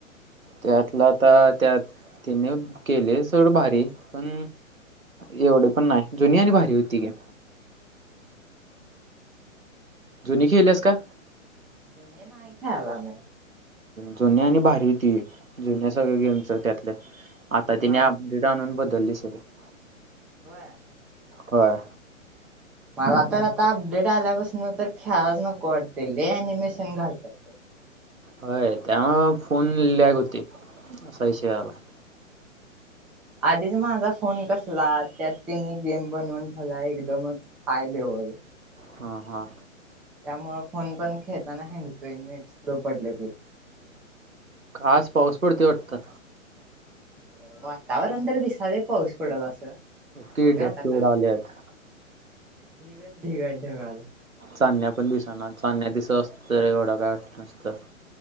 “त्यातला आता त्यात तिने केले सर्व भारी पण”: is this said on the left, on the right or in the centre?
Right